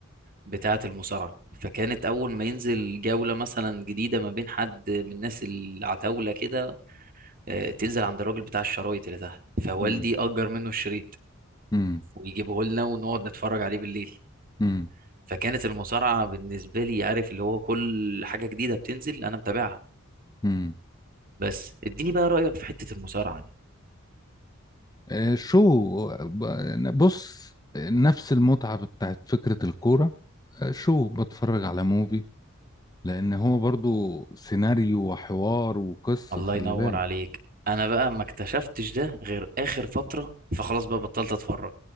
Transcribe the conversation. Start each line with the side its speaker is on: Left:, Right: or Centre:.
Right: بتاعة المصارعة فكانت أول ما ينزل جولة مثلا جديدة ما بين حد من الناس العتاولة كده آه، تنزل عند الراجل بتاع الشرايط اللي تحت فوالدي
Left: امم
Right: أجر منه الشريط
Left: امم
Right: ويجيبه لنا ونقعد نتفرج عليه بالليل
Left: امم
Right: فكانت المصارعة بالنسبة لي عارف اللي هو كل حاجة جديدة بتنزل أنا متابعها
Left: امم
Right: بس اديني بقى رأيك في حتة المصارعة دي
Left: آه، شو ب- بص نفس المتعة بتاعت فكرة الكورة آه، شو بتفرج على موفي لأن هو برضو سيناريو وحوار وقصة
Right: الله
Left: خلي
Right: ينور
Left: بالك
Right: عليك أنا بقى ما اكتشفتش ده غير آخر فترة فخلاص بقى بطلت أتفرج